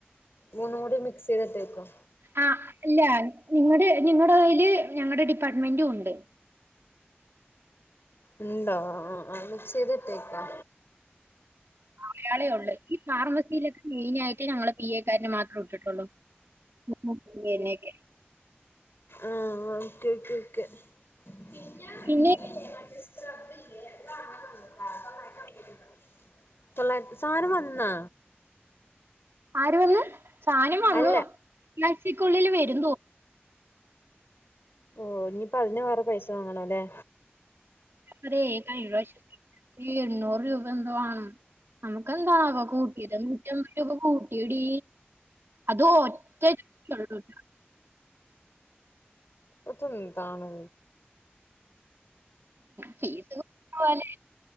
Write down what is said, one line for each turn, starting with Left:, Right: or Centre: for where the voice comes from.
Left: മൂന്നും കൂടി മിക്സെയ്തിട്ടേക്കും
Right: അ അല്ല നിങ്ങടെ നിങ്ങടെ കയ്യില് ഞങ്ങടെ ഡിപ്പാർട്ട്മെന്റൂണ്ട്
Left: ഉണ്ടോ ആ ആ മിക്സെയ്ത്ട്ടേക്കാ
Right: അയാളെ ഒള്ള് ഈ ഫാർമസീലൊക്കെ മെയ്നായിട്ട് ഞങ്ങളെ പി എക്കാരന് മാ ത്രട്ട് ട്ടൊള്ളു <unintelligible> എന്നെ ഒകെ
Left: ആഹ് ഓക്കെ ക്കെ ക്കെ <unintelligible>
Right: പിന്നെ
Left: തൊള്ളായി സാനം വന്നാ
Right: ആര് വന്ന് സാനം വന്ന്
Left: അല്ല
Right: ഈ ആയ്ച്ചക്കുള്ളില് വരും തോ
Left: ഓ ഇഞ്പ്പതിന് വറെ പൈസ വാങ്ങണല്ലേ
Right: അതേ കയ്ഞ്ഞ പ്രാവശ്യം ഈ എണ്ണൂറ് രൂപന്തോ ആണ് നമക്കെന്താണാവോ കൂട്ടിയത് നൂറ്റമ്പത് രൂപ കൂട്ടിയെടീ അതും ഒറ്റ കേടുല്ല
Left: അതെന്താണ്
Right: ഫീസ് പോലെ